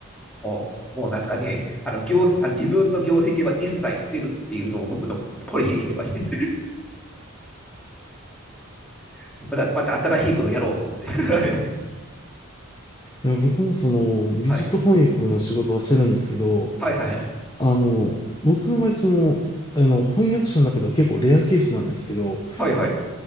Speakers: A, in the centre; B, on the left (about 20°).
A: もう、もうなんですかね、あの、業、あ、自分の業績は一切捨てるっていうのを僕のポリシーにしてまして。<laughs> また、また新しいことをやろうと思って。<laughs> はい。
B: いや、僕もその美術翻訳の仕事はしてるんですけど、
A: はい。はいはいはい。
B: あの、僕の場合その、あの、翻訳者の中では結構レアケースなんですけど、
A: はいはい。